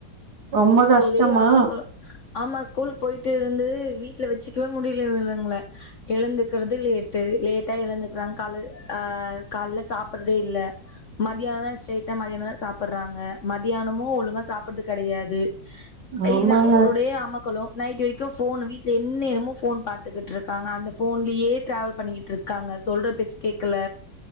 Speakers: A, on the right (about 55°); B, on the left (about 55°).
A: ரொம்ப கஷ்டமா
B: ஒரே அம்மக்களோ ஆமா ஸ்கூலு போயிட்டு இருந்து வீட்ல வச்சுக்கவே முடில இவலுங்ள எழுந்துக்கற்து லேட்டு லேட்டா எழுந்துக்கிறாங் கால அ கால்ல சாப் ப்றதே இல்ல மதியான ஸ்ரைட்ட மதியந்தா சாப்பிற்றாங்க மதியானமு ஒழுங்க சாப் ப்றது கடையாது டெய்தா
A: ஆமாங்க
B: ஒடே அமக்களு நைட் வெரைக்கு ஃபோன் வீட்ல என்நேரமு ஃபோன் பாத்துகிட்ருக்காங்க அந்த போன்லியே டிராவல் பண்ணிக்கிட்ருக் காங்க சொல்ற பேச்சு கேக்கல